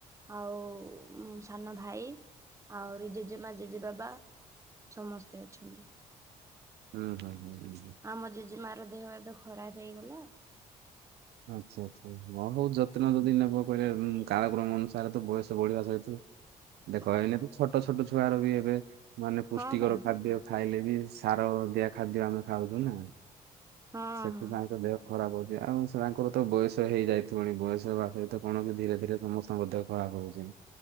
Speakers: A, on the right; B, on the right.
A: ଆଉ ଉଁ ସାନ ଭାଇ ଭାଇ ଆହୁରି ଜେଜେମା ଜେଜେ ବାବା ସମସ୍ତେ ଅଛନ୍ତି।
B: ହୁଁ ହୁଁ। ହୁଁ ହୁଁ ହୁଁ।
A: ଆମ ଜେଜେମାର ଦେହ ଏବେ ଖରା ଯାଇଗଲା।
B: ଆଚ୍ଛା ଆଚ୍ଛା ହଁ ହଉ ଯତ୍ନ ଯଦି ନେବ। କହିଲେ କାଳକ୍ରମ ଅନୁସାରେ ତ ବୟସ ବଢିବା ସହିତ
A: ହ
B: ଦେଖ ହେଲେବି ଛୋଟ ଛୋଟ ଛୁଆର ବି ଏବେ ମାନେ ପୁଷ୍ଟିକର
A: ହଁ ପରା
B: ଖାଦ୍ୟ ଖାଇଲେ ବି ସାର ଦିଆ। ଖାଦ୍ୟ ଆମେ ଖାଉଛୁ ନା
A: ହଁ
B: ସେଥିପାଇଁ
A: ହଁ
B: ତ ଦେହ ଖରାପ ହଉ ଆଉ ସେମାନଙ୍କର ତ ବୟସ ହେଇଯାଇଥିବଣି ବୟସ ପାଖରେ ତ କଣ କି ଧୀରେ ଧୀରେ ସମସ୍ତେ ମଧ୍ୟ ଖରାପ ହଉଛି।